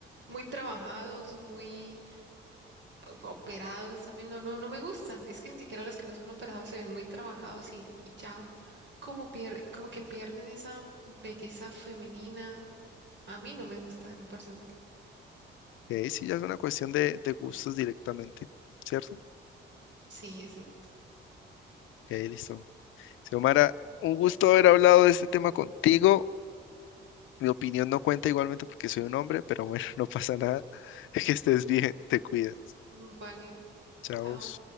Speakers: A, on the right; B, on the left.
A: muy trabajados, muy operados también, no, no, no me gustan. Es que ni siquiera los que no son operados se ven muy trabajados y, y ya como pier- como que pierden esa belleza femenina. A mí no me gustan en lo personal.
B: Ok, sí, ya es una cuestión de, de gustos directamente, ¿cierto? Ok,
A: Sí, exacto.
B: listo. Xiomara, un gusto haber hablado de este tema contigo. Mi opinión no cuenta igualmente porque soy un hombre, pero bueno, <laughs> no pasa nada. <laughs> Que estés bien, te cuidas.
A: Vale,
B: Chao.
A: chao.